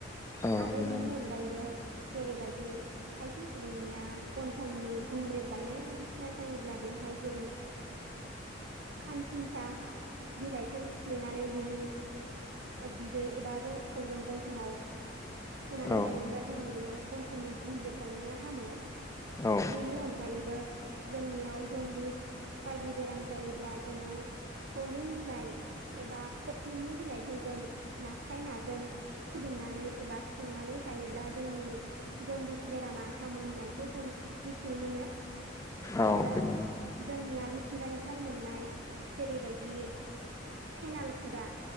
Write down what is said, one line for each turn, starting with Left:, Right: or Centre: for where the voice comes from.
Left: औ
Right: आरो
Left: बिनानाव
Right: बेनि अन गायैबो जेरैबायदि खायसे सुबुंनिया गन्थंनि गुंग्रेब बायनाय बायदिसिना जायोब्ला बेवहाय जों खानसिनसा बिलाइखौ सिफ्लेनानै बिनि बिदै एबा रसखौ जों गन्थंआव सोनानै
Left: औ
Right: लायोब्ला जोंनि बे गन्थंनि गुंग्रेब बायनाया हामो।
Left: औ
Right: बेनि अनगायैबो जोंनियाव जन्दिस बायदि बेराम जायोब्ला जोङो सलिं बिलाइ एबा खख्लिंनि बिलाइखौ जों नास्राय नाजों फुदुंनानै एबा संनानै जायोब्ला जोंनि जनदिस बेरामा हामो होननायखौ जों मिथिनो मोनो।
Left: औ
Right: आरो
Left: बिनिनो
Right: जोंनिया मिथिंगानिफ्राय मोननाय जेरैबायदि फेनाल खुगा